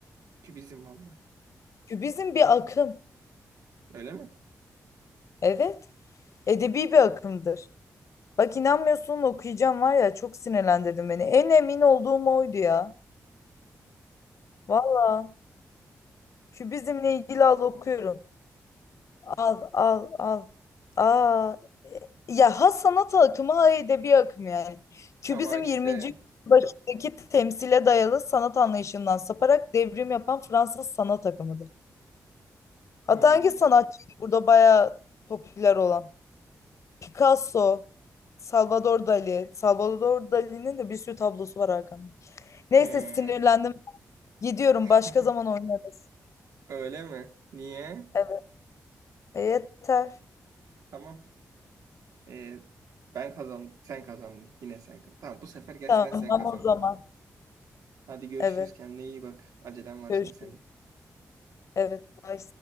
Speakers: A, on the right; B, on the left.
A: Kübizm valla.
B: Kübizm bir akım.
A: Öyle mi?
B: Evet. Edebi bir akımdır. Bak inanmıyorsun okuyacağım var ya çok sinirlendirdin beni. En emin olduğum oydu ya. Valla. Kübizmle ilgili al okuyorum. Al al al. Aa. e, Ya ha sanat akımı ha edebi akım yani. Kübizm
A: Ama işte
B: 20. başındaki temsile dayalı sanat anlayışından saparak devrim yapan Fransız sanat akımıdır. Hatta
A: Hmm,
B: hangi sanatçıydı burada bayağı popüler olan? Picasso, Salvador Dali. Salvador Dali'nin de bir sürü tablosu var arkamda. Neyse
A: he.
B: sinirlendim. Gidiyorum.
A: <laughs>
B: Başka zaman oynarız.
A: Öyle mi? Niye?
B: Evet. E, yeter.
A: Tamam. Ee, ben kazandım. Sen kazandın. Yine sen. ka- Tamam bu sefer gerçekten
B: Tamam
A: sen kazandın.
B: o zaman.
A: Hadi görüşürüz.
B: Evet.
A: Kendine iyi bak. Acelen var
B: Görüşürüz.
A: şimdi senin.
B: Evet. Bye.